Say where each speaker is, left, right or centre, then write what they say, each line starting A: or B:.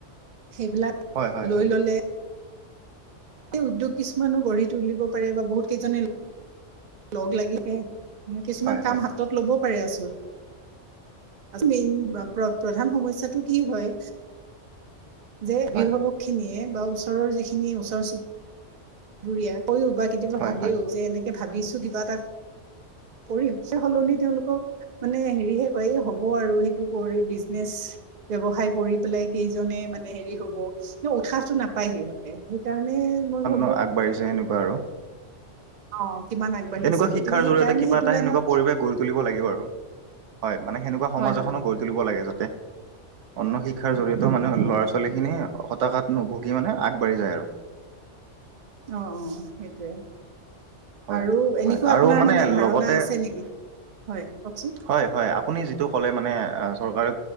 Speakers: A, on the right; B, on the right.
A: সেইবিলাক
B: হয় হয়
A: লৈ
B: হয়
A: ললে উদ্যোগ কিছুমানো গঢ়ি তুলিব পাৰে বা বহুত কেইজনে লগ লাগিছে কিছুমান
B: হয় হয়
A: কাম
B: হয়
A: হাতত লব পাৰে আছো মেইন প্ৰধান সমস্যটো কি হয় যে অভাৱকখিনিয়ে
B: হয়
A: বা ওচৰৰ যিখিনি ওচৰ ৰিয়া কও বা কেতিয়াবা
B: হয়
A: ভাবিও
B: হয়
A: যে এনেকে ভাবিছো কিবা এটা কৰি সলনি তেওঁলোকক মানে হেৰিহে কয় এই হ'ব আৰু সেইটো কৰি বিজনেচ ব্যৱসায় কৰি পেলাই কেইজনে মানে হেৰি হব উৎসাহটো নাপাই সিহঁতে সেইকাৰণে মই ভ
B: অ আগ বাঢ়ি যায়। এনেকুৱা আৰু
A: অ কিমান আগবাঢ়িছে
B: তেনেকুৱা
A: গতিকে
B: শিক্ষাৰ
A: সেইকাৰণে
B: জৰিয়তে কিবা
A: সেইটো
B: এটা
A: লাইনত
B: সেনেকুৱা পৰিৱেশ গঢ়ি তুলিব লাগিব আৰু। হয় মানে সেনেকুৱা সমাজ
A: হয় হয়
B: এখনো গঢ়ি তুলিব লাগে। যাতে অন্য শিক্ষাৰ জৰিয়তেও মানে ল'ৰা ছোৱালীখিনি হতাশাত নুভুগি মানে আগবাঢ়ি যায় আৰু।
A: অ অ সেইটোৱে।
B: হয়।
A: আৰু
B: হয়
A: এনেকুৱা
B: আৰু
A: আপোনাৰ মানে ধাৰণা
B: লগতে
A: আছে নেকি? হয় কওকচোন
B: হয়। হয়। আপুনি যিটো ক'লে মানে চৰকাৰে